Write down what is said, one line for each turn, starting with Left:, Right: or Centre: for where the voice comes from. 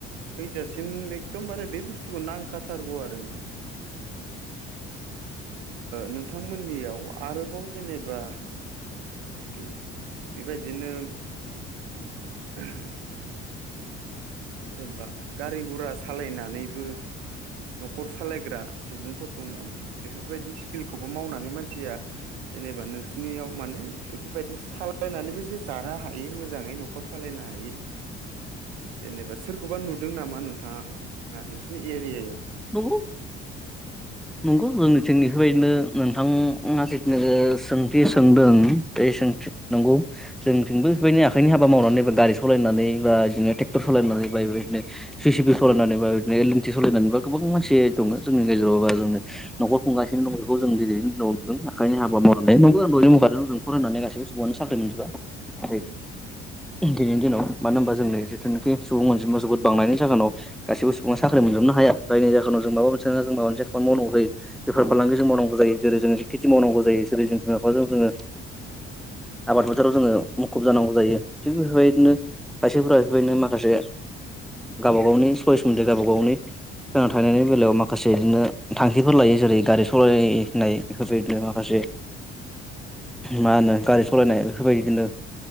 Right: थैजासिम एकदमबारे बे बुस्थुखौ नांखाथारगौ आरो नोंथां। नोंथांमोननियाव आरोबाव जेनेबा। स्किला बेबायदिनो <unintelligible> सोरबा गारि गुरा सालायनानैबो न'खर सालायग्रा सुबुंफोर दं नामा बेफोरबायदि स्किलखौबो मावनानै मानसिया। जेनेबा नोंसोरनियाव माने बेफोरबायदि सालायनानैबो जे जानो हायो मोजाङै न' ओ खर सालायनो हायो जेनेबा सोरखौबा नुदों नामा नोंथाङा नोंसिनि एरियायाव।
Centre: औ नंगौ।
Right: <inaudible>
Centre: नंगौ जोंनिथिं बेफोरबायदिनो नोंथाङा जिथुनाखि सोंथि सोंदों बे सोंथि नंगौ। जोंथिबो बेबायदिनो आखाइनि हाबा मावनानैबा गारि सालायनानै बा बिदिनो ट्रेक्टर सालायनानै बा बेबादिनो जि सिपि सालायनानै बा बिदिनो एल एनटि सालायनानै बा गोबां मानसि दङ जोंनि गेजेराव बा जोंनो नखर खुंगासिनो दं बेखौ जों दिनैनि दिनाव नुदों आखाइनि हाबा मावनाय नोंगौ दहयनो बुखादोंमोन जों औ‌ फरायनानै गासैबो सुबुङानो साख्रि मोनजोबा आरो
Right: उम
Centre: दिनैनि दिनाव मानो होनबा जोंनि जिथुनाखि सुबुं अनजिमा जोबोद बांनायनि जाहोनाव गासिबो सुबुं साख्रि मोनजोबनो हाया जायनि जाहोनाव जों माबा मोनसे नङा माबा मोनसे खामानि मावनांगौ जायो। बेफार फालांगि जों मावनांगौ जायो जेरै जोङो खेथि मावनांगौ जायो जेरै जों बिमा-बिफाजों जोङो ओ आबाद फोथाराव जोङो मुखुब जानांगौ जायो थिग बेफोरबादिनो खायसेफोरा बेफोरबायदिनो माखासे गावबा गावनि सयिस मुथे गावबा गावनि थांना थानायनि बेलायाव माखासे बिदिनो थांखिफोर लायो जेरै गारि स'लायनाय बेफोरबादिनो माखासे
Right: <unintelligible>
Centre: मा होनो स'लायनाय बेफोरबायदिनो